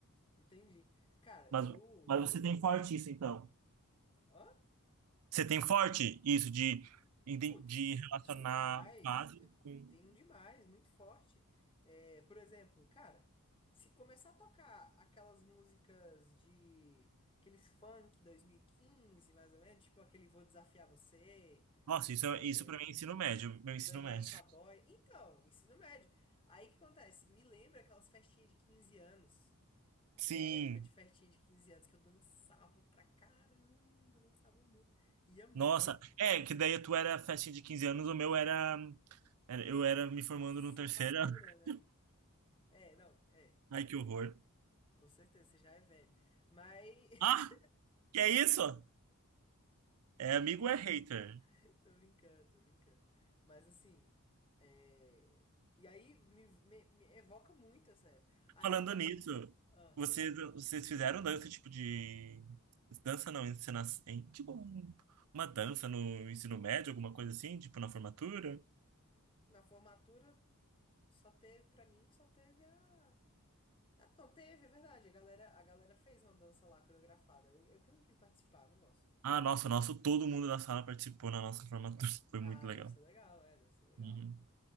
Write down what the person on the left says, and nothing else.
entendi. Cara,
eu.
Hã?
Putz,
demais.
Eu
tenho um demais, muito forte. É, por exemplo, cara, se começar a tocar aquelas músicas de aqueles funk 2015, mais ou menos, tipo aquele Vou Desafiar Você,
é,
é,
Daniel
Saboia. Então, ensino médio. Aí o que acontece? Me lembra aquelas festinhas de 15 anos.
Minha época de festinha de 15 anos, que eu dançava pra caramba, dançava muito. Ia muito.
Formatura,
né? É, não, é.
Com certeza, você já é velho. Mas.
<laughs> Tô brincando, tô brincando. Mas assim. é, E aí me, me- me evoca muito essa época. Aí
também.
ah,
na formatura, só teve, pra mim, só teve a. Ah, não, teve, é verdade. A galera, a galera fez uma dança lá coreografada. Eu, eu que não quis participar, não gosto.
Ah,
deve ser legal, é, deve ser legal.